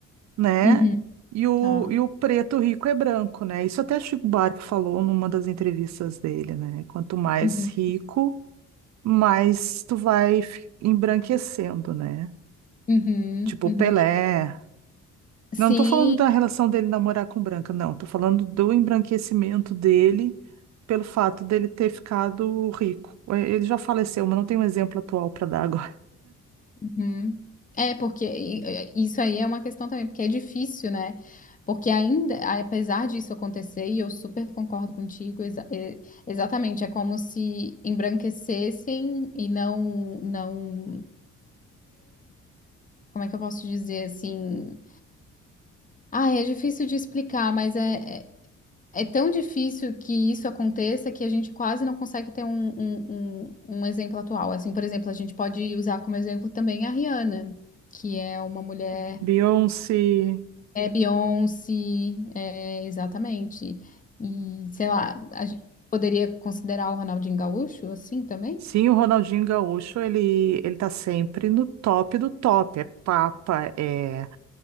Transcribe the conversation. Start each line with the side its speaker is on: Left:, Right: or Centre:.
Right: né?
Left: Uhum,
Right: E o,
Left: tá.
Right: e o preto rico é branco, né? Isso até Chico Buarque falou numa das entrevistas dele, né? Quanto mais
Left: Uhum,
Right: rico, mais tu vai fi- embranquecendo, né?
Left: uhum,
Right: Tipo
Left: uhum.
Right: o Pelé.
Left: Sim,
Right: Não tô falando da relação dele namorar com branca, não. Tô falando do embranquecimento dele pelo fato dele ter ficado rico. É, Ele já faleceu, mas não tem um exemplo atual para dar agora.
Left: Hum. É, porque i- i- isso aí é uma questão também, porque é difícil, né? Porque ainda, apesar disso acontecer, e eu super concordo contigo, exa- é- exatamente, é como se embranquecessem e não, não, como é que eu posso dizer assim? Ah, é difícil de explicar, mas é, é, é tão difícil que isso aconteça que a gente quase não consegue ter um, um, um, um exemplo atual. Assim, por exemplo, a gente pode usar como exemplo também a Rihanna, que é uma mulher
Right: <laughs> Beyoncé.
Left: É Beyoncé, é, exatamente. E, sei lá, a gente poderia considerar o Ronaldinho Gaúcho assim também?
Right: Sim, o Ronaldinho Gaúcho, ele, ele tá sempre no top do top. É papa, é,